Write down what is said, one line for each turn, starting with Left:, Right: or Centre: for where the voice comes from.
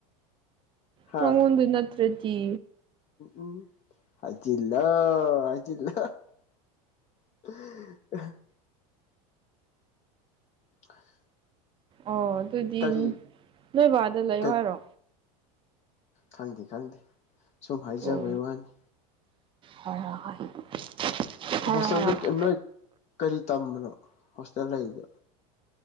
Left: ꯍꯥ
Right: ꯅꯪꯉꯣꯟꯗ ꯅꯠꯇ꯭ꯔꯗꯤ
Left: ꯎꯝ ꯍꯥꯏꯖꯤꯜꯂꯣ ꯍꯥꯏꯖꯤꯜꯂꯣ <unintelligible> <unintelligible>
Right: ꯑꯣ ꯑꯗꯨꯗꯤ
Left: ꯀꯔꯤ
Right: ꯅꯣꯏ ꯕꯥꯗ ꯂꯩꯌꯣ
Left: ꯀꯩ
Right: ꯍꯥꯏꯔꯣ
Left: ꯈꯪꯗꯦ ꯈꯪꯗꯦ ꯁꯨꯝ ꯍꯥꯏꯖꯕꯩ
Right: ꯑꯣ
Left: ꯋꯥꯅꯤ
Right: ꯍꯣꯏ ꯍꯣꯏ ꯍꯣꯏ ꯍꯥꯏꯔꯣ
Left: ꯍꯣꯁꯇꯦꯜꯗ
Right: ꯍꯥꯏꯔꯣ
Left: ꯀꯩ ꯅꯣꯏ ꯀꯔꯤ ꯇꯝꯕꯅꯣ ꯍꯣꯁꯇꯦꯜ ꯂꯩꯔꯤꯗꯤ